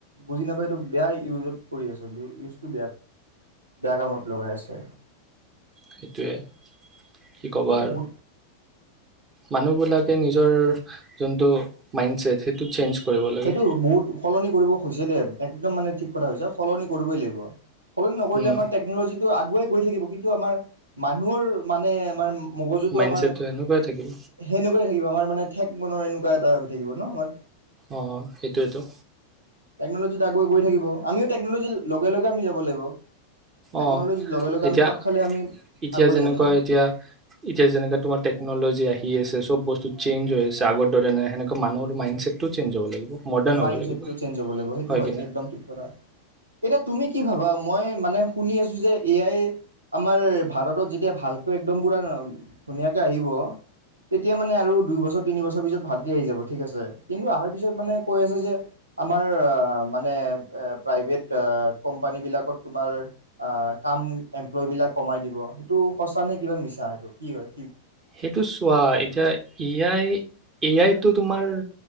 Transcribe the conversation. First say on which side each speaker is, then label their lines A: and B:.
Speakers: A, on the right; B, on the right.
A: বুজি নাপায়তো বেয়া ইউজত কৰি আছে। বে বেয়া কামত লগাই আছে।
B: সেইটোৱে। কি কবা
A: কিন্তু
B: আৰু।
A: বহুত
B: মানুহ বিলাকে নিজৰ যোনটো মাইনডছেট সেইটো চেঞ্জ। কৰিব লাগে
A: সেইটো বহুত সলনি কৰিব খুজিছে দে একদম মানে ঠিক। কথা হৈছে সলনি কৰিবই লাগিব। সলনি নকৰিলে
B: উম
A: আমৰ টেকন'লজী টো আগুৱাই। কৰি থাকিব কিন্তু আমাৰ মানুহৰ মানে আমাৰ। মগজুতটো
B: মাইণ্ডছেটটো
A: আমাৰ
B: সেনেকুৱাই থাকিব
A: সেনেকুৱাই। থাকিব আমাৰ মানে ঠেক মনৰ এনেকুৱা এটা হৈ থাকিব ন আমাৰ।
B: অঁ সেইটোৱেতো।
A: টেকন'লজীত আগুৱাই গৈ থাকিব আমিও টেকন'লজী লগে লগে আমি যাব লাগিব। টেকন'লজিৰ
B: অ
A: লগে লগে
B: এতিয়া
A: আমি খাপ খালে আমি
B: এতিয়া
A: আগুৱাই
B: যেনেকুৱা
A: যাম ন
B: এতিয়া এতিয়া যেনেকা তোমাৰ টেকন'লজি আহি। কি আছে চব বস্তু চেঞ্জ হৈ আছে আগৰ দৰে নাই সেনেকুৱা মানুহৰ মাইণ্ডচছেটটো চেঞ্জ হ'ব লাগিব। মডাৰ্ণ
A: মাইডট
B: হ'ব লাগিব
A: চেঞ্জ হ'ব লাগিব সেইটো হয়
B: কি নাই
A: একদম ঠিক কথা এতিয়া তুমি কি ভাবা মই মানে শুনি আছোঁ যে এয়াই আমাৰ ভাৰতত যেতিয়া ভালকৈ একদম পূৰা ধুনীয়াকৈ আহিব তেতিয়া মানে আৰু দুইবছৰ তিনিবছৰ পিছত ভালকৈ আহি যাব ঠিক আছে কিন্তু অহাৰ পিছত মানে কৈ আছে যে আমাৰ মানে প্ৰাইভেট কোম্পানী বিলাকত তোমাৰ কাম এমপ্লয় বিলাক কমাই দিব সেইটো সঁচা নে কিবা মিছা সটো কি হয় কি
B: সেইটো চোৱা এতিয়া এ আই এ আইতটো তোমাৰ